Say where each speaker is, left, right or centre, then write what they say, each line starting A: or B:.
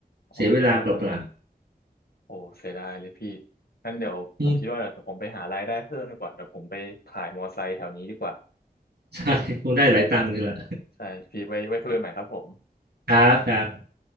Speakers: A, on the left; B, on the right.
A: อ๋อแปลว่า
B: เสียเวลาเปล่า
A: โอ้เสียดายเลยพี่งั้นเดี๋ยวผมคิดว่าเดี๋ยวผมไปหารายได้เพิ่มดีกว่าเดี๋ยวผมไปถ่ายมอไซค์แถวนี้ดีกว่า
B: ๆอืมใช่คงได้หลายตังค์เลยล่ะ
A: ใช่พี่ไว้ไว้คุยกันใหม่ครับผม
B: <laughs> ครับครับ